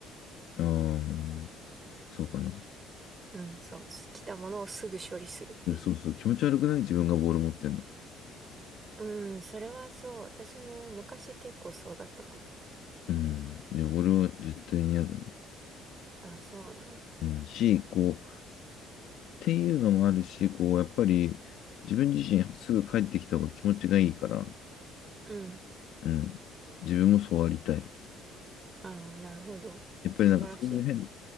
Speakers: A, on the left (about 65°); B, on the right (about 25°).
A: ああ、そうかな。
B: うん、そう。す来たものをすぐ処理するっていう。
A: いや、そうそう。気持ち悪くない自分がボール持ってんの。
B: うん、それはそう。私も昔結構そうだったかも。
A: うん。いや、俺は絶対に嫌だね。
B: あ、そうなんだ。
A: うん。し、こう、っていうのもあるし、こう、やっぱり、自分自身すぐ帰ってきた方が気持ちがいいから、
B: うん。
A: うん。自分もそうありたい。
B: ああ、なるほど。
A: やっぱりなんかそういう変、
B: 素晴らしい。